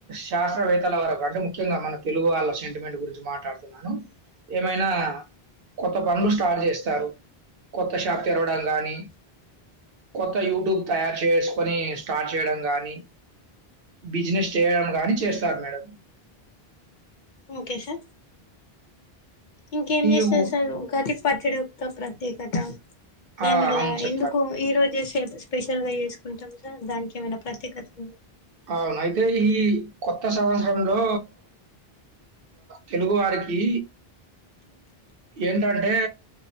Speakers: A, on the right (about 65°); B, on the left (about 55°).
A: శాస్త్రవేత్తల వరకు అంటే ముఖ్యంగా మన తెలుగు వాళ్ళ సెంటిమెంట్ గురించి మాట్లాడుతున్నాను ఏమైనా కొత్త పనులు స్టార్ట్ చేస్తారు కొత్త షాప్ తెరవడం కానీ కొత్త యూట్యూబ్ తయారు చేసుకొని స్టార్ట్ చేయడం కానీ బిజినెస్ చేయడం కానీ చేస్తార్ మేడం
B: ఓకే సార్ ఇంకేం
A: ఈ
B: చేస్తారు
A: ఉ
B: సార్ ఉగాది పచ్చడి ఏకత
A: ఆ!
B: దానిలా
A: అవును చెప్తాను.
B: ఎందుకు ఈ రోజే స్పెషల్ గా చేసుకుంటాం దానికి ఏమైనా ప్రత్యేకత ఉందా
A: అవును. అయితే ఈ కొత్త సంవత్సరంలో తెలుగు వారికి ఏంటంటే